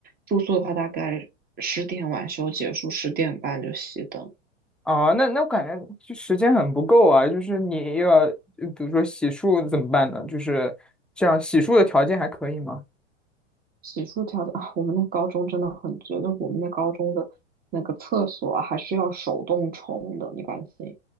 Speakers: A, on the right; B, in the centre.
A: 住宿的话大概十点晚修结束，十点半就熄灯。
B: 哦，那那我感觉就时间很不够啊，就是你又要，呃比如说洗漱怎么办呢？就是这样，洗漱的条件还可以吗？
A: 洗漱条件啊，我们那高中真的很绝，就我们那高中的那个厕所啊还是要手动冲的，你敢信？